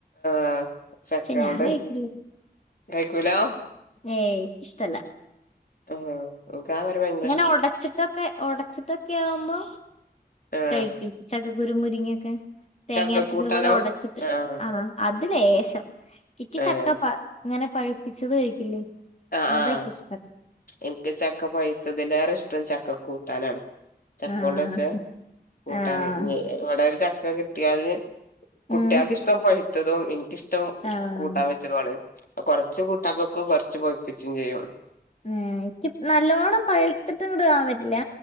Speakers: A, on the left; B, on the left.
A: ആഹെ ചക്കകൊണ്ട്
B: പക്ഷെ ഞാൻ കഴിക്കില്ല
A: കഴിക്കൂലോ
B: ഏയ് ഇഷ്ടല്ല
A: ആ ആ <unintelligible>
B: ഇങ്ങനെ ഒടച്ചിട്ടൊക്കെ ഉടച്ചിട്ടൊക്കെ ആവുമ്പോ
A: ആഹ്
B: കഴിക്കും ചക്കക്കുരു മുരിങ്ങിയൊക്കെ തേങ്ങ
A: ചക്കക്കൂട്ടാനോ
B: അരച്ചിട്ട് ഇതുപോലെ ഒടച്ചിട്ട്
A: ആഹ്
B: ആ അത് ലേശം എനിക്ക്
A: ഏഹ്
B: ചക്ക പ അങ്ങനെ പഴപ്പിച്ചത് കഴിക്കില്ലേ
A: ആ
B: അതൊക്കെ
A: ആ
B: ഇഷ്ടം
A: എനിക്ക് ചക്ക പഴുത്തതിൽേറെ ഇഷ്ടം ചക്ക കൂട്ടാനാണ് ചക്ക
B: ആഹ്
A: കൊണ്ടച്ച കൂട്ടാന്
B: ആഹ്
A: ഞ്ഞി ഇവടെ ഒരു ചക്ക കിട്ടിയല് കുട്ടിയാക്ക്ഷ്ടം
B: ഉം
A: പയ്ത്തതും എനിക്കിഷ്ടം
B: ആഹ്
A: കൂട്ടാൻ വെച്ചതു ആണ് അപ്പൊ കൊർച്ച് കൊറച്ചു കൂട്ടാന് ബെക്കും കുറച്ച് പൊയിപ്പിച്ചും ചെയ്യും
B: ഏഹ് എനിക്ക് നല്ലോണ്ണം പഴുത്തിട്ട്ങ്ങട്ട് ആവലില്ല